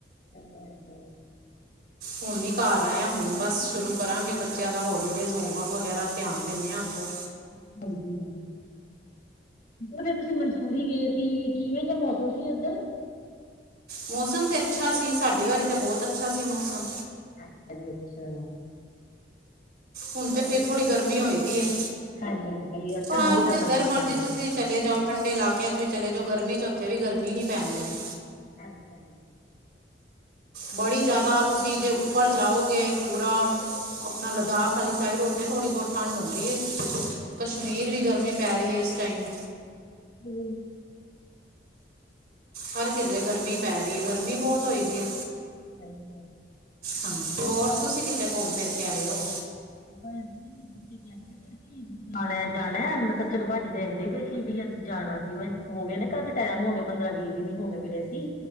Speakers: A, on the left; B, on the right.
A: ਹਾਜੀ, ਹਾਜੀ।
B: ਹੁਣ ਨੀ ਘਰ ਆਏਆ ਹੁਣ ਬਸ
A: ਸੀ।
B: ਸ਼ੁਰੂ ਕਰਾਂਗੇ। ਬੱਚਿਆਂ ਦਾ ਹੋਲੀਡੇਜ਼ ਹੋਮਵਰਕ ਵਗੈਰਾ ਧਿਆਨ ਦਿੰਦੇ ਆਾਂ ਉੱਧਰ
A: ਹਾਂਜੀ। ਫਰ ਤੁਸੀਂ ਮਨਸੂਂਰ ਗਏ ਸੀ। ਕਿਵੇਂ ਦਾ ਮੌਸਮ ਸੀ ਔਧਰ
B: ਮੌਸਮ ਤੇ ਅੱਛਾ ਸੀ। ਸਾਡੀ ਵਾਰੀ ਤੇ ਬਹੁਤ ਅੱਛਾ ਸੀ ਮੌਸਮ।
A: ਅੱਛ ਜੀ ਅੱਛਾ।
B: ਹੁਨ ਤੇ ਫਿਰ
A: ਉੱਧਰ
B: ਥੋੜ੍ਹੀ ਗਰਮੀ ਹੋਈ ਦੀ ਹੈ
A: ਹਾਂਜੀ-ਹਾਂਜੀ ਅੱਜ
B: ਭਾ
A: ਤਾਂ ਬਹੁਤ ਜ਼ਿਆਦਾ
B: ਜਿੱਧਰ
A: ਗਰਮੀ
B: ਮਰਜ਼ੀ
A: ਹੈ।
B: ਤੁਸੀਂ ਤੁਸੀ ਚਲੇ ਜਾਓ ਠੰਡੇ ਇਲਾਕਿਆਂ 'ਚ ਵੀ ਚਲੇ ਜਾਓ ਗਰਮੀ 'ਚ ਉੱਥੇ ਵੀ ਗਰਮੀ ਹੀ ਪੈਣੀ ਹੈ।
A: ਹਾਂਜੀ ਹਾਂਜੀ।
B: ਬੜੀ ਜ਼ਿਆਦਾ ਤੁਸੀਂ ਜੇ ਉੱਪਰ ਜਾਓਗੇ ਪੂਰਾ ਅਪਣਾ ਲਦਾਖ ਖਾਲੀ ਸਾਈਡ ਉੱਥੇ ਥੋੜ੍ਹੀ ਬਹੁਤ ਠੰਡ ਹੁੰਦੀ ਹੈ
A: ਹਾਂਜੀ
B: ਕਸ਼ਮੀਰ ਵੀ ਗਰਮੀ ਪੈ ਰਹੀ ਹੈ ਇਸ ਟਾਈਮ
A: ਹੁ
B: ਹਰ ਕਿਧਰੇ ਗਰਮੀ ਪੈ ਰਹੀ ਹੈ ਗਰਮੀ ਬਹੁਤ ਹੋਈ ਦੀ ਏ
A: ਹਾਂਜੀ ਹਾਂ
B: ਹਾਂਜੀ ਹੋਰ ਤੁਸੀਂ ਕਿੱਥੇ ਘੁੰਮ ਫਿਰ ਕੇ ਆਏ ਹੋ
A: ਬਸ ਜੀ ਬੱਚੇ ਕਹਿੰਦੇ ਬ ਜਾਣਾ ਜਾਣਾ ਮੈਂ ਕਿਹਾ ਚਲੋ ਭਾਜੀ ਕਹਿੰਦੇ ਪਏ ਸੀ ਵੀ ਅਸੀਂ ਜਾਣਾ ਸੀ ਮੈਂ ਹੋ ਗਏ ਨਾ ਕਾਫੀ ਟਾਈਮ ਹੋਗੇ ਪੰਦਰਾਂ ਵੀਹ ਦਿਨ ਹੋ ਗਏ ਮਿਲੇ ਸੀ